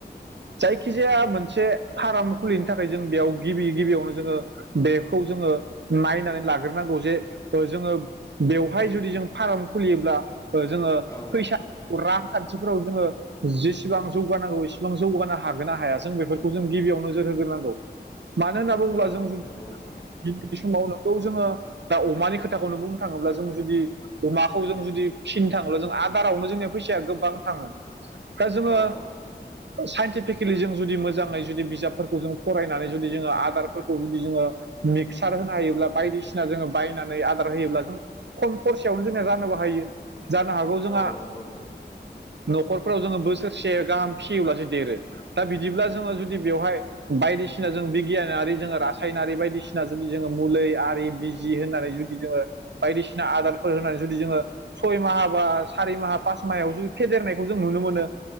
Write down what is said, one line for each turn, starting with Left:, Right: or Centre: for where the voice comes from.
Right: जायखिजाया मोनसे फार्म खुलिनो थाखाय जों बेयाव गिबि गिबियावनो जोङो बेखौ जोङो नायनानै लाग्रोनांगौ जे जोङो बेवहाय जुदि जों फार्म खुलियोब्ला जोङो
Left: औ
Right: फैसा रांखान्थिफोराव जोङो जेसेबां जौगानांगौ एसेबां जौगानो हागोन ना हाया जों बेफोरखौ जों गिबियाव नोजोर होग्रोनांगौ मानो होनना बुङोब्ला
Left: औ
Right: जों जुदि
Left: नंगौ नोंथां
Right: <unintelligible> समावनो खौ जोङो दा अमानि खोथाखौनो बुंनो थाङोब्ला जों जुदि अमा खौ जों जुदि फिनो थाङोब्ला जों आदारावनो जोंनिया फैसाया गोबां थाङो दा जोंङो
Left: औ औ
Right: साइन्टिफिकेलि जों जुदि मोजाङै जुदि बिजाबफोरखौ जों फरायनानै जुदि जोङो आदारफोरखौ जुदि जोङो मिक्सार होनो हायोब्ला बायदिसिना जोङो बायनानै आदार होयोब्ला जों खम खरसेयावनो जोंना जा नोबो हायो जानो हागौ जोंहा
Left: औ नंगौ नंगौ
Right: न'खरफोराव जोङो बोसोरसे गाहाम फियोब्लासो देरो दा बिदिब्ला जोङो जुदि बेवहाय बायदिसिना जों बिगियानारि जोङो रासायनारि बायदिसिना जुदि जोङो मुलि आरि बि जि होननानै जुदि जोङो बायदिसिना आदारफोर होननानै जुदि जोङो सय माहा बा सारि माहा पास माहायाव जुदि फेदेरनायखौ जों नुनो मोनो